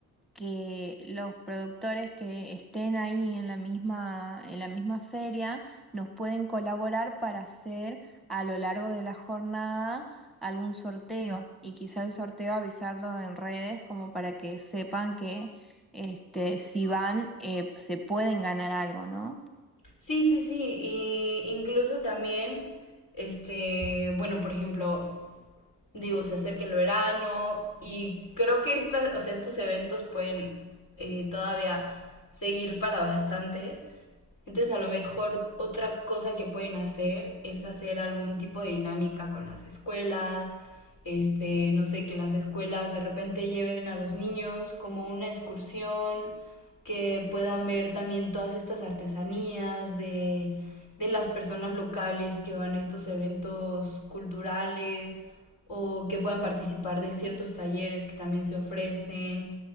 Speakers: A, in the centre; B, on the left (about 55°).
A: que los productores que estén ahí en la misma, en la misma feria nos pueden colaborar para hacer a lo largo de la jornada algún sorteo y quizá el sorteo avisarlo en redes como para que sepan que este, si van eh, se pueden ganar algo, ¿no?
B: Sí, sí, sí, y incluso también, este, bueno, por ejemplo, digo, se acerca el verano y creo que estas, o sea, estos eventos pueden eh, todavía seguir para bastante. Entonces a lo mejor otra cosa que pueden hacer es hacer algún tipo de dinámica con las escuelas, este, no sé, que las escuelas de repente lleven a los niños como una excursión, que puedan ver también todas estas artesanías de, de las personas locales que van a estos eventos culturales o que puedan participar de ciertos talleres que también se ofrecen.